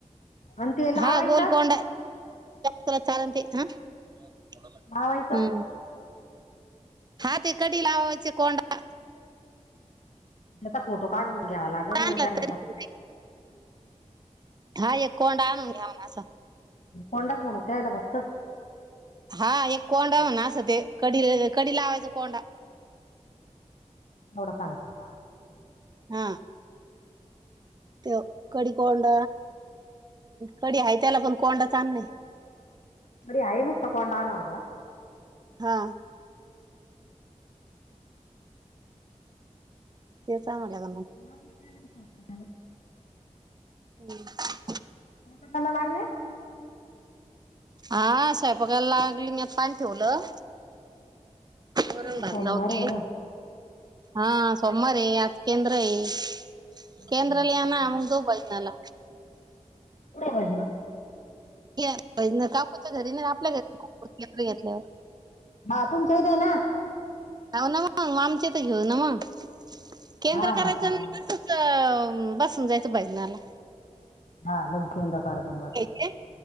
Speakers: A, on the left (about 70°); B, on the right (about 35°).
A: आणि ते लावायचं
B: हा गोलकोड चाल हा हम्म
A: लावायचं
B: नाते कट लावा वच कोडा
A: त्याचा फोटो काढून घ्यावा लागण मग
B: आणला
A: त्यांना
B: तरी
A: पा
B: हा एक कोंडा आणून घ्याऊन असं
A: कोंडाच म्हणू त्या्यायला बटत
B: हा एक कोंडा म्ह ना असं ते की कढी लावायचा कोंडा
A: एवडा खानख
B: हा ते कडीी कोंड कढी आहे त्याला पण कोंडचचा नाही
A: बरी ऐनस तको आणनव
B: हा ते चांग लाग
A: लला खायला विला
B: हम्म
A: का पकना लागल्या
B: हा साहेपाकायला लागली मी आता पाणी ठेवलं औरंगभद
A: कोणाला सोमवार
B: ला होते
A: आहे ना
B: हा सोमवार आहे आज केंद्र आहे.
A: सोमवारचं
B: केंद्रल
A: केंद्र
B: ना अमग
A: आहे.
B: दू बायतनल
A: कठ ना
B: काकूच्या घरी ना आपल्या घरी के्र घेतल्यावर
A: हा तुमच्या इथ ना
B: होव ना मग मा आमचे तर घेऊ ना मग केंद्र
A: हा हा
B: करायचं
A: चालेल
B: ना च.... बसून जायचं बजनाला.
A: हा लघकीी अंतकार तुबा
B: घ्यायचे